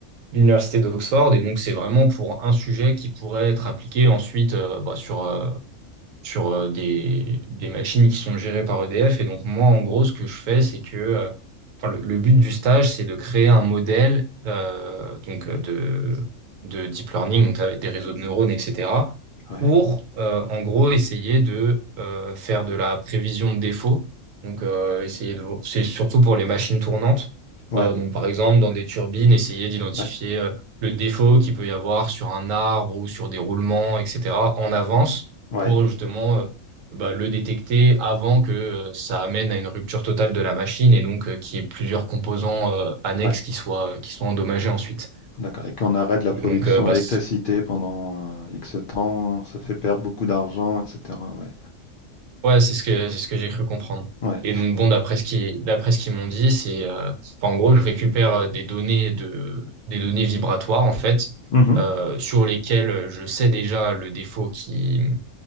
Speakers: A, on the right (about 80°); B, on the left (about 60°).
A: l'université d'Oxford. Et donc, c'est vraiment pour un sujet qui pourrait être appliqué ensuite euh, bah, sur euh, sur euh, des, des machines qui sont gérées par EDF. Et donc, moi, en gros, ce que je fais, c'est que euh, enfin, le, le but du stage, c'est de créer un modèle euh, donc, euh, de, de deep learning, donc avec des réseaux de neurones, etc.,
B: Ouais,
A: pour, euh, en gros, essayer de euh, faire de la prévision de défauts. Donc, euh, essayer de, c'est surtout pour les machines tournantes.
B: ouais,
A: Euh, donc, par exemple, dans des turbines, essayer d'identifier
B: ouais,
A: euh, le défaut qu'il peut y avoir sur un arbre ou sur des roulements, etc., en avance
B: ouais,
A: pour justement euh, bah, le détecter avant que euh, ça amène à une rupture totale de la machine et donc euh, qu'il y ait plusieurs composants euh, annexes
B: ouais.
A: qui soient, euh, qui soient endommagés ensuite.
B: D'accord et qu'on arrête la production
A: Et donc, euh, bah,
B: d'électricité
A: c-
B: pendant, heu, X temps, ça fait perdre beaucoup d'argent et cetera, ouais.
A: ouais, c'est ce que, c'est ce que j'ai cru comprendre.
B: Ouais.
A: Et donc, bon, d'après ce qui, d'après ce qu'ils m'ont dit, c'est, euh, enfin, en gros, je récupère euh, des données de, des données vibratoires, en fait,
B: Mmh
A: euh, sur lesquelles je sais déjà le défaut qui,